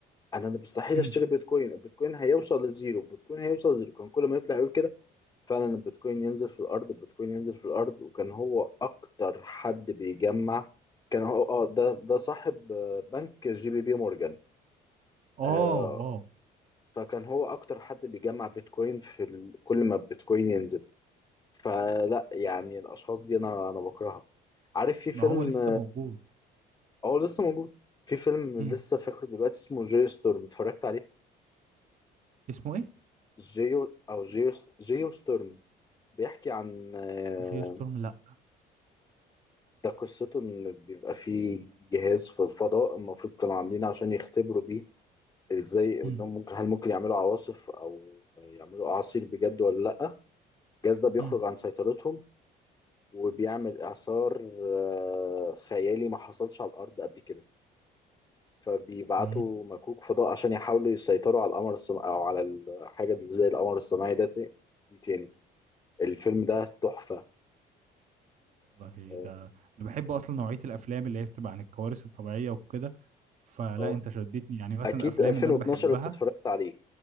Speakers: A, on the left; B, on the right.
A: أنا أنا مستحيل
B: امم
A: أشتري بيتكوين البيتكوين هيوصل للزيرو البيتكوين هيوصل للزيرو كان كل ما يطلع يقول كده فعلا البيتكوين ينزل في الأرض البيتكوين ينزل في الأرض وكان هو أكتر حد بيجمع كان هو اه ده ده صاحب آه، بنك جي بي بي مورجان
B: اه
A: آه،
B: اه
A: فكان هو أكتر حد بيجمع بيتكوين في ال... كل ما البيتكوين ينزل فلا يعني الأشخاص دي أنا أنا بكرهها عارف في فيلم
B: ما هو لسه موجود
A: اه لسه موجود في فيلم
B: امم
A: لسه فاكره دلوقتي اسمه جيو ستورم اتفرجت عليه
B: اسمه ايه
A: جيو او جيو جيو ستورم بيحكي عن آه،
B: جي ستورم لا
A: ده قصته ان بيبقى فيه جهاز في الفضاء المفروض كانوا عاملينه عشان يختبروا بيه ازاي انهم
B: امم
A: ممكن هل ممكن يعملوا عواصف او يعملوا اعاصير بجد ولا لا الجهاز ده بيخرج
B: امم
A: عن سيطرتهم وبيعمل اعصار آه، خيالي ما حصلش على الارض قبل كده فبيبعتوا
B: امم.
A: مكوك فضاء عشان يحاولوا يسيطروا على القمر الصناعي او على الحاجه اللي زي القمر الصناعي ده ت- دي تاني الفيلم ده تحفه
B: والله
A: اه
B: ده انا بحب اصلا نوعيه الافلام اللي هي بتبقى عن الكوارث الطبيعيه وكده فلا
A: آه.
B: انت شدتني يعني مثلا
A: اكيد
B: الافلام
A: 2012
B: اللي انا بحبها
A: انت اتفرجت عليه